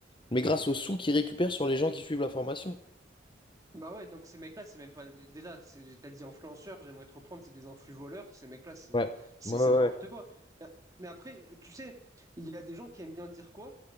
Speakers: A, on the left; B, on the right.
A: mais grâce aux sous qu'ils récupèrent sur les gens qui suivent la formation.
B: Bah ouais, donc ces mecs-là, c'est même pas. Déjà, c'est- t'as dit influenceurs, j'aimerais te reprendre, c'est des influ-voleurs. Ces mecs-là, c'est
A: Ouais,
B: c'est
A: ouais,
B: c'est
A: ouais,
B: n'importe quoi. Mais mais après, tu sais, il y a des gens qui aiment bien dire quoi?